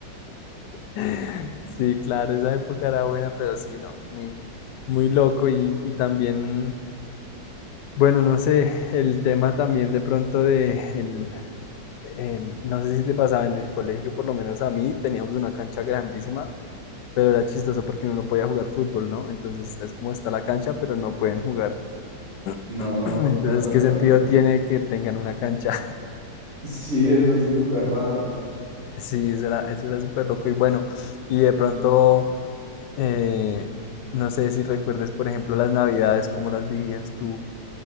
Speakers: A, on the left; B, on the right.
A: <laughs> Sí, claro, esa época era buena, pero sí, no, muy, muy loco y, y también, bueno, no sé, el tema también de pronto de el, el- no sé si te pasaba en el colegio, por lo menos a mí, teníamos una cancha grandísima, pero era chistoso porque uno no podía jugar fútbol, ¿no? Entonces es como está la cancha, pero no pueden jugar.
B: No,
A: <clears throat> Entonces,
B: what the
A: ¿qué
B: fuck.
A: sentido tiene que tengan una cancha?
B: Sí, eso está súper raro.
A: Sí, eso era, eso era súper loco. Y bueno, y de pronto, eh, no sé si recuerdes, por ejemplo, las navidades, cómo las vivías tú